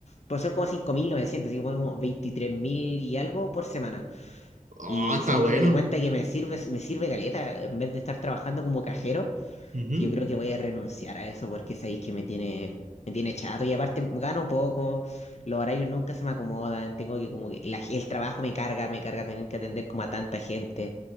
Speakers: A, on the left (about 55°); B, on the right (about 70°).
A: pues son como 5.900 así que pongo como 23.000 y algo por semana.
B: Oh,
A: Y
B: está
A: sabéis
B: bueno.
A: que me di cuenta que me sirve, me sirve caleta, en vez de estar trabajando como cajero,
B: Ujú,
A: que Yo creo que voy a renunciar a eso porque sabéis que me tiene, me tiene chato y aparte gano poco, los horarios nunca se me acomodan, tengo que como que la- el trabajo me carga, me carga tener que atender como a tanta gente,